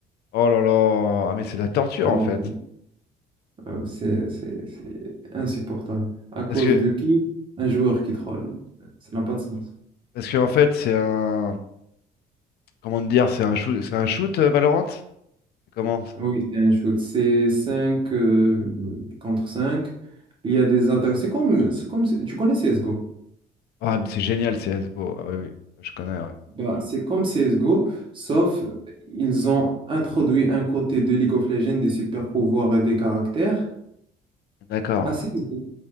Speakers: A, on the left; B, on the right.
A: Oh là là. Ah mais c'est de la torture
B: Alors,
A: en fait.
B: euh, c'est c'est- c'est insupportable. À cause
A: Parce que,
B: de qui? Un joueur qui troll. Ça n'a pas de sens.
A: parce que en fait, c'est un. Comment te dire, c'est un shoot, c'est un shoot euh, Valorant? C'est comment?
B: Oui, c'est un shoot. C'est 5 euh, contre cinq Il y a des attaques. C'est comme, c'est comme, tu connais CSGO?
A: Ah, c'est génial, CSGO. Ah, oui, oui, je connais, ouais.
B: Bah, c'est comme CSGO, sauf ils ont introduit un côté de League of Legends des super pouvoirs et des caractères
A: D'accord.
B: à CSGO.